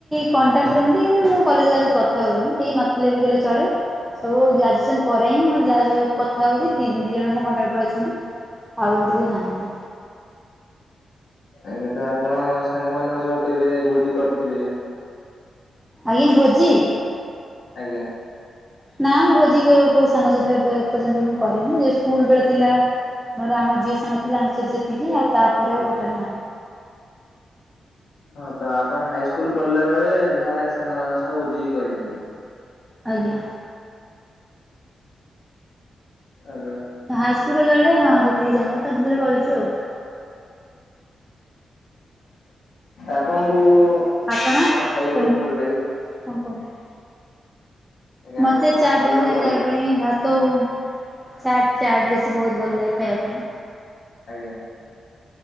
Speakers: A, in the centre; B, on the left (about 70°).
A: କଣ୍ଟାକ୍ଟମତି କିନ୍ତୁ କଲେଜ ରେ କଥା ହୁଏନି କେହି ନଥିଲେ ବି କଲେ ଚଳେ ସବୁ ଗ୍ରାଜୁଏସନ ପରେ ହିଁ ଯା କଥା ହେଉଛି ତିି ଦୁଇ ଜଣ ମୋ କଣ୍ଟ୍ରାକ୍ଟର ଅଛନ୍ତି ଆଉ ଏମିତି କେହି ନାହାନ୍ତି।
B: ଆଜ୍ଞା ତ ଆପଣ ସାଙ୍ଗମାନଙ୍କ ସହ କେବେ ଭୋଜି କରିଥିବେ?
A: ଆଜ୍ଞା ଭୋଜି
B: ଆଜ୍ଞା।
A: ନା ମୁଁ ଭୋଜି କୋଉ ସାଙ୍ଗ ସହିତ ଏବେର୍ଯ୍ୟନ୍ତ ମୁଁ କରିନି ସ୍କୁଲ ବେଳେ ଥିଲା। ମୋର ଆମ ଝିଅ ସାଙ୍ଗ ଥିଲା ତାଙ୍କ ସହିତ ସେତିକି ଆଉ ତାପରେ ଆଉ ଟୋଟାଲ ନାହିଁ।
B: ହଁ ତ ଆପଣ ହାଇସ୍କୁଲ ପଢିଲା ବେଳେ ଯାହା ସାଙ୍ଗମାନଙ୍କ ସହ ଭୋଜି କରିଯାଆନ୍ତି।
A: ଆଜ୍ଞା।
B: ଆଜ୍ଞା।
A: ହାଇସ୍କୁଲ କଲାବେଳେ ହଁ ସେତିକି ସାଙ୍ଗ ଥରେଥରେ କରିଛୁ ଆଉ।
B: ଆପଣଙ୍କୁ
A: ଆପଣ
B: କଣ ଖାଇବାକୁ
A: କେମିତି
B: ଭଲ
A: ହଁ
B: ଲାଗେ?
A: କୁହନ୍ତୁ?
B: ଆଜ୍ଞା ଆପଣଙ୍କୁ
A: ମତେ
B: କଣ
A: ଚାଟ
B: ଖାଇବାକୁ
A: ଭଲ ଲାଗେ ଖାଇବା ପାଇଁ ଭାତ ଚାଟ ଚାଟ ବେଶୀ ବହୁତ ଭଲ ଲାଗେ ଖାଇବା ପାଇଁ।
B: ଆଜ୍ଞା।